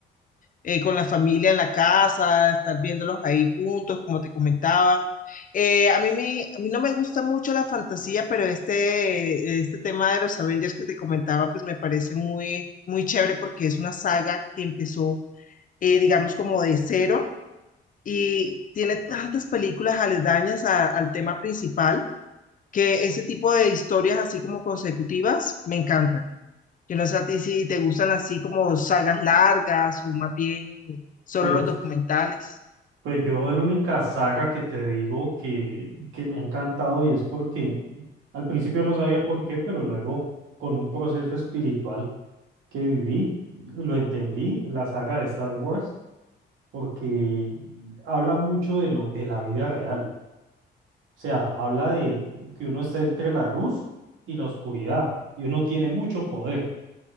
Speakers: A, on the left; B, on the right.
A: eh, con la familia en la casa, estar viéndolos ahí juntos, como te comentaba. Eh, a mí me, a mí no me gusta mucho la fantasía, pero este, este tema de los Avengers que te comentaba, pues me parece muy, muy chévere porque es una saga que empezó, eh, digamos, como de cero y tiene tantas películas aledañas a- al tema principal que ese tipo de historias así como consecutivas me encantan. Yo no sé a ti si te gustan así como sagas largas o más bien solo
B: Pues,
A: los documentales.
B: pues yo la única saga que te digo que, que me ha encantado y es porque al principio no sabía por qué, pero luego con un proceso espiritual que viví, lo entendí, la saga de Star Wars, porque habla mucho de lo, de la vida real. O sea, habla de que uno está entre la luz y la oscuridad y uno tiene mucho poder